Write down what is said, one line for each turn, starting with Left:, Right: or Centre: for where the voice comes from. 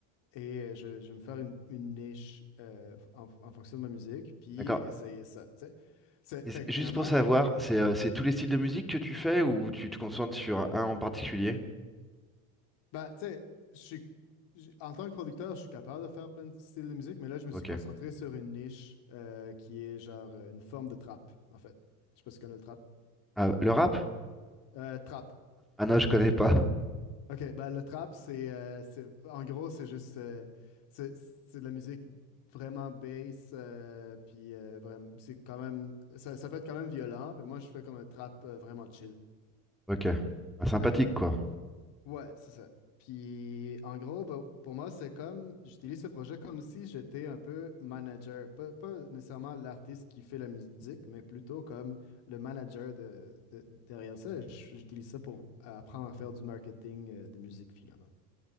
Left: Et euh, je, je vais me faire une, une niche euh, en, en fonction de ma musique, puis
Centre: D'accord.
Left: essayer ça, tu sais. C'est-
Centre: Et
Left: Fait
Centre: c'est-
Left: que
Centre: Juste
Left: finalement,
Centre: pour savoir, c'est euh, c'est tous les styles de musique que tu fais ou tu te concentres sur un en particulier?
Left: bah, tu sais, je suis, j- en tant que producteur, je suis capable de faire plein de styles de musique, mais là, je me
Centre: Ok.
Left: suis concentré sur une niche euh, qui est genre euh, une forme de trap, en fait. Je sais pas si tu connais le trap.
Centre: Ah, le rap?
Left: Euh, trap.
Centre: Ah non, je connais pas.
Left: OK, ben le trap, c'est euh, c'est- en gros, c'est juste euh, c'est c'est de la musique vraiment bass, euh, puis euh, vraiment, c'est quand même ça, ça peut être quand même violent, mais moi je fais comme un trap euh, vraiment chill.
Centre: Ok. Ah, sympathique
Left: Euh,
Centre: quoi.
Left: ouais, c'est ça. Puis en gros, ben, pour moi, c'est comme j'utilise ce projet comme si j'étais un peu manager, pas, pas nécessairement l'artiste qui fait la musique, mais plutôt comme le manager de, de- derrière ça. J'utilise ça pour apprendre à faire du marketing euh, de musique finalement.